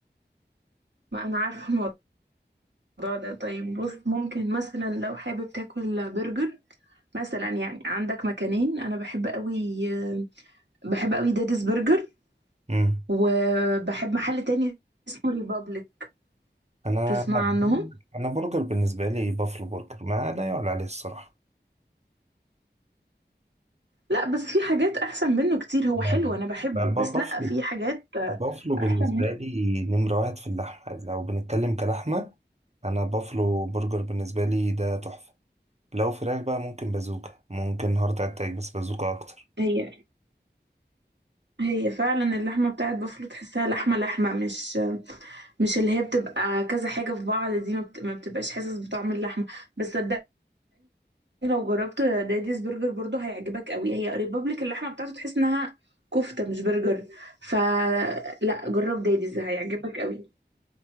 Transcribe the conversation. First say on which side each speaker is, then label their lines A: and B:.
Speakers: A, on the right; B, on the right.
A: ما انا عارفه الموضوع ده طيب بص ممكن مثلا لو حابب تاكل برجر مثلا يعني عندك مكانين انا بحب قوي آه، بحب قوي داديز برجر
B: امم
A: وبحب محل تاني اسمه ريبابليك
B: انا
A: تسمع
B: لا
A: عنهم
B: انا برجر بالنسبه لي بافلو برجر ما لا يعلى عليه الصراحه
A: لا بس في حاجات احسن منه كتير هو
B: لا
A: حلو انا بحبه
B: لا ب-
A: بس
B: ب- بافلو
A: لا في حاجات آه،
B: بافلو بالنسبه
A: احسن منه
B: لي نمره واحد في اللحمه لو بنتكلم كلحمه انا بافلو برجر بالنسبه لي ده تحفه لو فراخ بقى ممكن بازوكا ممكن هارت اتاك بس بازوكا اكتر
A: هي هي فعلا اللحمه بتاعت بافلو تحسها لحمه لحمه مش مش اللي هي بتبقى كذا حاجة في بعض دي ما, بت... ما بتبقاش حاسس بطعم اللحمة بس صدقني لو جربت داديز برجر برضو هيعجبك قوي هي قريبة لك اللحمة بتاعته تحس انها كفتة مش برجر فلا جرب داديز هيعجبك قوي